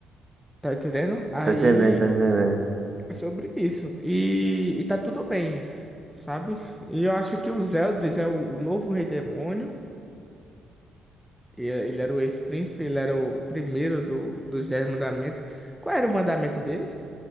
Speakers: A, in the centre; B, on the right.
A: Tá entendendo? Aí
B: Tá entendendo, tá entendendo.
A: é sobre isso. E, e tá tudo bem, sabe? E eu acho que o Zeldris é o, o novo Rei Demônio. e eh, Ele era o ex-príncipe, ele era o primeiro do, dos Dez Mandamentos. Qual era o mandamento dele?